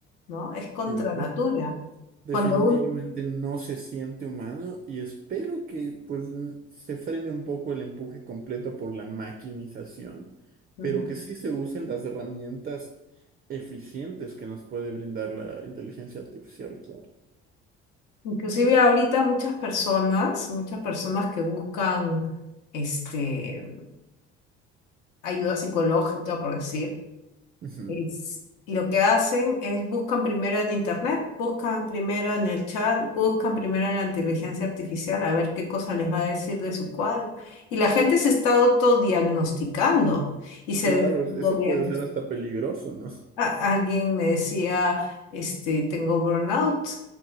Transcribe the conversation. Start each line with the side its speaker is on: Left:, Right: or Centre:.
Left: ¿no? Es contra
Right: Sí,
Left: natura.
Right: Definitivamente
Left: Cuando
Right: no se siente humano y espero que pues n- se frene un poco el empuje completo por la maquinización,
Left: un...
Right: pero que sí se usen las herramientas eficientes que nos puede brindar la inteligencia artificial, claro.
Left: Inclusive ahorita muchas personas, muchas personas que buscan este, ayuda psicológica, por decir,
Right: Ujú.
Left: es- lo que hacen es buscan primero en internet, buscan primero en el chat, buscan primero en la inteligencia artificial a ver qué cosa les va a decir de su cuadro. Y la gente se está autodiagnosticando y se
Right: Claro, es-
Left: autodiagnostica.
Right: eso puede ser hasta peligroso, ¿no?
Left: Alguien me decía, este, tengo burnout,